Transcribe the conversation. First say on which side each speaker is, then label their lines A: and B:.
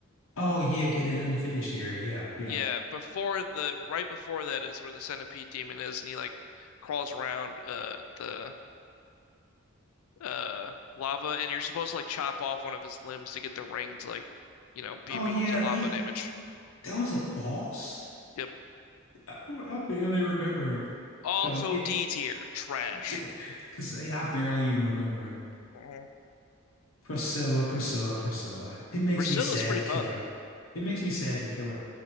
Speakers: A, on the left (about 70°); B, on the left (about 80°).
A: Oh yeah, get that unfinished area. Yeah, yeah.
B: Yeah, before the right before that is where the Centipede Demon is and he like crawls around uh the uh lava and you're supposed to like chop off one of his limbs to get the ring to like you know be
A: Oh
B: immune
A: yeah,
B: to lava
A: yeah.
B: damage.
A: That was a boss.
B: Yep.
A: I, I barely remember him.
B: Also
A: So yeah,
B: D tier, trash.
A: <laughs> because I barely even remember him.
B: Mhm.
A: Priscilla, Priscilla, Priscilla. It makes
B: Priscilla's
A: me sad
B: pretty
A: to
B: fun.
A: kill her. It makes me sad to kill her.